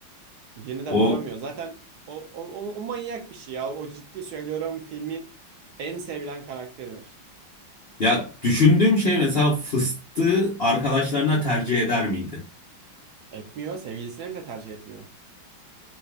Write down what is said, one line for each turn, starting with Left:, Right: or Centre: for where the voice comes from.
Right: Yine de
Left: O
Right: varamıyor. Zaten o, o, o, o manyak bir şey ya. O ciddi söylüyorum filmin en sevilen karakteridir.
Left: ya düşündüğüm şey mesela fıstığı arkadaşlarına tercih eder miydi?
Right: Etmiyor. Sevgilisine bile tercih etmiyor.